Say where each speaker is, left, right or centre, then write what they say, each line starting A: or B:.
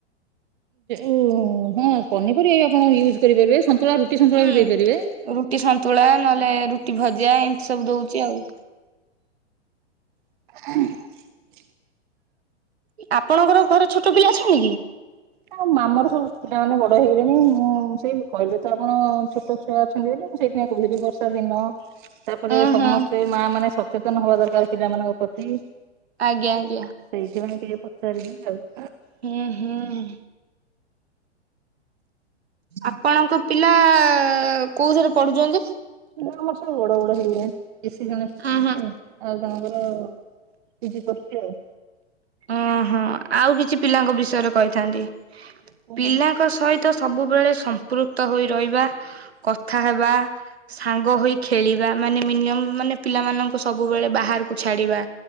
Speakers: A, on the right (about 45°); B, on the right (about 65°).
A: ଉଁ ହଁ ପନିପରିବା ବି ଆପଣ ୟୁଜ୍ କରିପାରିବେ, ସନ୍ତୁଳା ରୁଟି ସନ୍ତୁଳା
B: ହୁଁ
A: ବି ଦେଇପାରିବେ।
B: ରୁଟି ସନ୍ତୁଳା, ନହେଲେ ରୁଟି ଭଜା, ଏମିତି ସବୁ ଦଉଚି ଆଉ।
A: <inaudible>
B: ଆପଣଙ୍କର ଘରେ ଛୋଟ ପିଲା ଅଛନ୍ତି କି?
A: ଆ ଆମର ସବୁ ପିଲା ମାନେ ବଡ ହେଇଗଲେଣି। ଆଉ ମୁଁ ସେଇ କହିଲେ ତ ଆପଣ ଛୋଟ ଛୁଆ ଅଛନ୍ତି ବୋଲି ମୁଁ ସେଇଥିପାଇଁ କହୁଥିଲି ବର୍ଷା ଦିନ ତାପରେ
B: ଉଁ
A: ସମସ୍ତେ
B: ହୁଁ
A: ମା ମାନେ ସଚେତନ ହବା ଦରକାର ପିଲାମାନଙ୍କ ପ୍ରତି।
B: ଆଜ୍ଞା, ଆଜ୍ଞା।
A: ସେଇଥିପାଇଁ ଟିକେ ପଚାରିବେ ଆଉ।
B: ହୁଁ, ହୁଁ। ଆପଣଙ୍କ ପିଲା କୋଉଥିରେ ପଢୁଚନ୍ତି?
A: ନା ଆମର ସବୁ ବଡ ବଡ ହେଇଗଲେଣି। ବେଶୀ ଜଣେ ପଢ଼ୁଚି
B: ଉୁଁ ହୁଁ
A: ଆଉ ଜଣେ ପୁଅ ର ପି ଜି ସରିଚି ଆଉ।
B: ଓହୋ ଆଉ କିଛି ପିଲାଙ୍କ ବିଷୟରେ କହିଥାନ୍ତି,
A: କହୁନାହାନ୍ତି
B: ପିଲା ଙ୍କ ସହିତ ସବୁବେଳେ ସମ୍ପୃକ୍ତ ହୋଇ ରହିବା କଥା ହେବା ସାଙ୍ଗ ହୋଇ ଖେଳିବା, ମାନେ ମିନିମମ୍ ମାନେ ପିଲାମାନଙ୍କୁ ସବୁବେଳେ ବାହାରକୁ ଛାଡିବା।